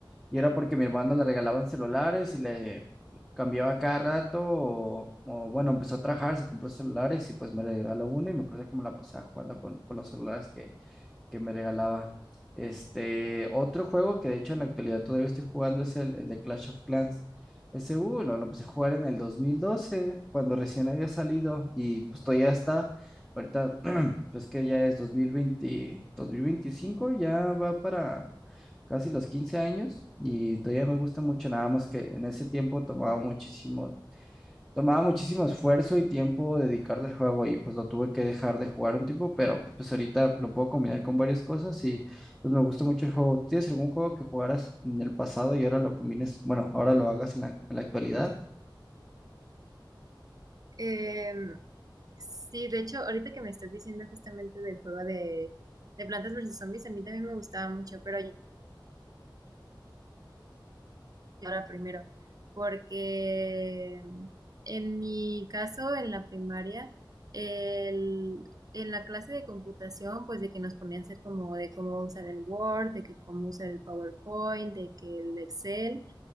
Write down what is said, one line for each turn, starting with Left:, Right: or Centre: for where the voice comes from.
Centre: Y era porque mi hermano le regalaban celulares y le cambiaba cada rato. O, o, bueno, empezó a trabajar, se compró celulares y pues me regaló uno. Y me acuerdo que me la pasaba jugando con, con los celulares que que me regalaba. Este, otro juego que de hecho en la actualidad todavía estoy jugando es el, el de Clash of Clans. Ese, uh, lo, lo empecé a jugar en el 2012 cuando recién había salido, y pues todavía está, ahorita, <clears throat> pues que ya es 2020, 2025, ya va para casi los 15 años, y todavía me gusta mucho, nada más que en ese tiempo tomaba muchísimo Tomaba muchísimo esfuerzo y tiempo dedicarle al juego y pues lo tuve que dejar de jugar un tiempo, pero pues ahorita lo puedo combinar con varias cosas y pues me gusta mucho el juego. ¿Tienes algún juego que jugaras en el pasado y ahora lo combines, bueno, ahora lo hagas en la, en la actualidad?
Right: Em, sí, de hecho, ahorita que me estás diciendo justamente del juego de, de Plantas versus Zombies, a mí también me gustaba mucho, pero ahora primero, porque mm, en mi caso, en la primaria, el, en la clase de computación, pues de que nos ponía a hacer como de cómo usar el Word, de que cómo usar el PowerPoint, de que el Excel,